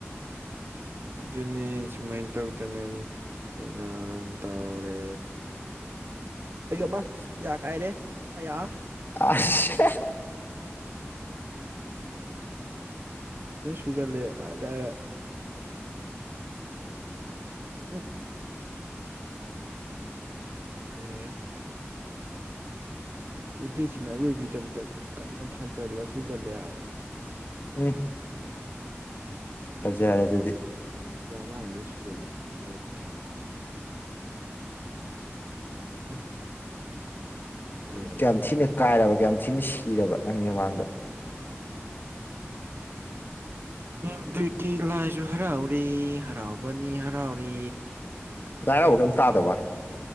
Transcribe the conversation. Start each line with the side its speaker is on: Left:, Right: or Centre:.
Right: ꯑꯗꯨꯅꯤ ꯁꯨꯃꯥꯏꯅ ꯇꯧꯗꯅ ꯑꯩꯅ ꯇꯧꯔꯦ ꯑꯌꯌꯨꯃ ꯌꯥ ꯀꯥꯏꯅꯦ ꯑꯌꯥ
Left: ꯑꯁ
Right: ꯐ꯭ꯖꯟꯂ ꯐꯔ ꯇ ꯍꯥꯏꯔ ꯏꯁꯁ ꯑꯦ ꯏꯐꯂꯤꯁꯤꯅ ꯑꯔꯣꯏꯕꯒꯤꯗꯃꯛꯇ ꯀꯟꯅ ꯊꯥꯖꯜꯂ ꯁꯣꯏ ꯆꯜꯂꯦ ꯍꯥꯏꯕ ꯎ
Left: ꯎ ꯄꯖ ꯌꯥꯔꯦ ꯑꯗꯨꯗꯤ
Right: ꯃꯥꯡꯒꯦ ꯁꯨꯖꯜꯂꯤ ꯐꯖꯔꯦ ꯎꯝ ꯑꯩ
Left: ꯎ
Right: ꯑꯩ
Left: ꯀꯌꯥꯝ ꯊꯤꯅ ꯀꯥꯏꯔꯕ ꯀꯌꯥꯝ ꯊꯤꯅ ꯁꯤꯔꯕ ꯅꯪꯒꯤ ꯃꯃꯥꯡꯗ
Right: ꯑꯗꯨꯒꯤ ꯂꯥꯏꯁꯨ ꯍꯔꯥꯎꯔꯤ ꯍꯔꯥꯎꯕꯅꯤ ꯍꯔꯥꯎꯔꯤ
Left: ꯂꯥꯏꯔꯥꯎꯕ ꯀꯩꯝ
Right: ꯃꯈꯣꯟ
Left: ꯇꯥꯗꯕ